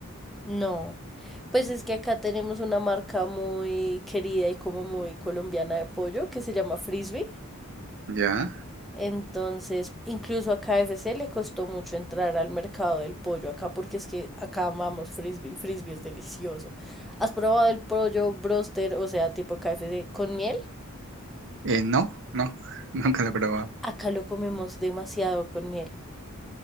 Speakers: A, in the centre; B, on the right.
A: No. Pues es que acá tenemos una marca muy querida y como muy colombiana de pollo que se llama Frisbee.
B: ¿ya?
A: Entonces, incluso a KFC le costó mucho entrar al mercado del pollo acá porque es que acá amamos Frisbee. Frisbee es delicioso. ¿Has probado el pollo broster, o sea, tipo KFC con miel?
B: Eh, no, no, <laughs> nunca lo he probado.
A: Acá lo comemos demasiado con miel.